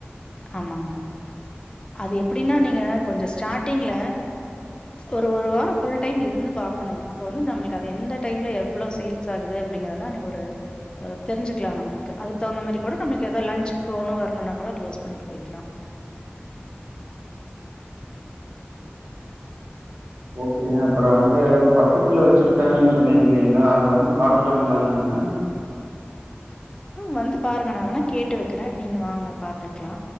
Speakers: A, on the left; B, on the right.
A: ஆமாங்க அது எப்டின்னா நீங்க கொஞ்ச ஸ்டார்டிங்ல ஒரு ஒரு வாரோ ஃபுல் டைம் இருந்து பாக்கணுங்க அப்ப வந்து நம்ளுக்கது எந்த டைம்ல எவ்ளோ சேல் சாகுது அப்டிங்கதல்லா நீ ஒரு அ தெரிஞ்சிக்லா நம்மள்க்கு அதுக் தகுந்த மாரி கூட நம்ளுக்கேதோ லன்சுக் போகனூ வரணுனா கூட க்ளோஸ் பண்ணிட்டு போயிக்கலா
B: ஓகேங்க அப்பறோ அங்க பக்கத்துல வச்சிருக்காங்கன் சொன்னீங்ளீங்ளா அத வந்து பாக்கலாங்களா நாங்க
A: நு வந்து பாருங்க நா வேணா கேட்டு வக்கிறே நீங்க வாங்க பாத்துக்லா